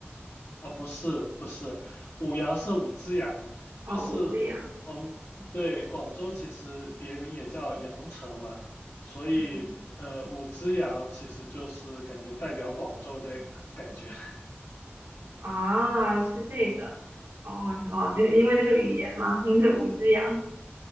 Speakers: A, on the left; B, on the right.
A: 啊，不是不是，五羊是五只羊，就是嗯，
B: 哦，武志扬，
A: 对，广州其实别名也叫羊城嘛，所以呃，
B: 嗯，
A: 五只羊其实就是感觉代表广州的感觉。<laughs>
B: 啊，是这个，哦哦，就是因为那个语言嘛，<laughs> 是武志扬，